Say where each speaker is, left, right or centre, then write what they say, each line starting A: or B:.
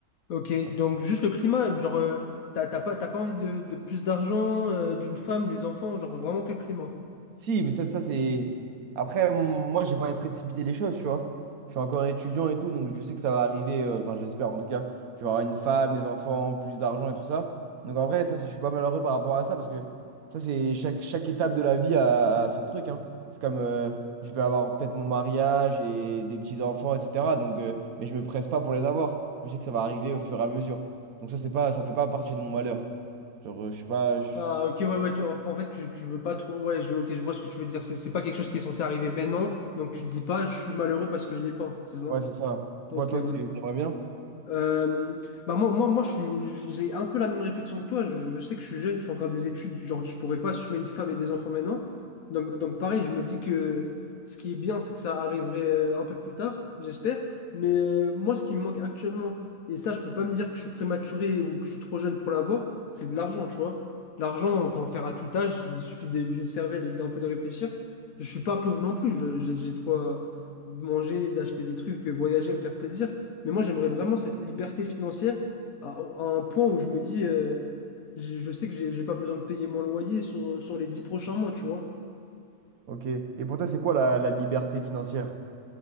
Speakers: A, on the left; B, on the right.
A: Ok,
B: Ouais,
A: donc juste le climat, genre, euh, t'as t'as pas, t'as pas envie de, de plus d'argent, euh, d'une femme, des enfants, genre vraiment que le climat.
B: Si, mais ça, ça c'est. Après, m- moi, j'ai pas envie de précipiter les choses, tu vois. Je suis encore étudiant et tout, donc je sais que ça va arriver. euh, Enfin, j'espère en tout cas. Je vais avoir une femme, des enfants, plus d'argent et tout ça. Donc en vrai, ça, c'est- je suis pas malheureux par rapport à ça parce que ça, c'est chaque, chaque étape de la vie a, a son truc, hein. C'est comme euh, je vais avoir peut-être mon mariage et des petits-enfants, etc. Donc, euh, mais je me presse pas pour les avoir. Je sais que ça va arriver au fur et à mesure. Donc ça, c'est pas, ça fait pas partie de mon malheur. Genre, euh, je suis pas. je-
A: Ah, ok, ouais, ouais, tu- en en fait, tu, tu veux pas trop. Ouais, je, ok, je vois ce que tu veux dire. C'est c'est pas quelque chose qui est censé arriver maintenant, donc tu te dis pas, je suis malheureux parce que je l'ai pas, c'est ça?
B: Ouais, c'est ça. Pourquoi
A: Ok,
B: toi,
A: ouais.
B: tu aimerais bien?
A: Euh, bah moi, moi, moi je suis- j'ai un peu la même réflexion que toi. Je, je sais que je suis jeune, je fais encore des études. Genre, je pourrais pas assumer une femme et des enfants maintenant. Donc, donc pareil, je me dis que ce qui est bien, c'est que ça arriverait euh, un peu plus tard, j'espère. Mais euh, moi, ce qui me manque actuellement, et ça, je peux pas me dire que je suis prématuré ou que je suis trop jeune pour l'avoir, c'est de l'argent, tu vois. L'argent, on peut en faire à tout âge. Il suffit de- d'une cervelle et d'un peu de réfléchir. Je suis pas pauvre non plus. Je- J'ai j'ai de quoi manger, d'acheter des trucs, voyager, me faire plaisir. Mais moi, j'aimerais vraiment cette liberté financière à, à un point où je me dis, euh, je, je sais que j'ai j'ai pas besoin de payer mon loyer sur, sur les dix prochains mois, tu vois.
B: Ok. Et pour toi, c'est quoi la, la liberté financière?